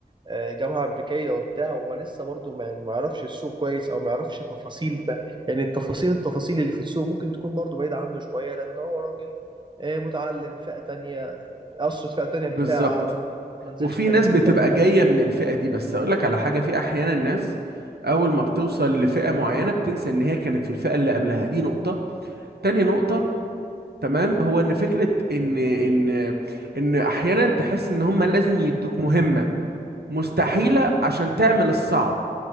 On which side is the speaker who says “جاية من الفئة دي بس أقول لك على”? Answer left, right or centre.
Right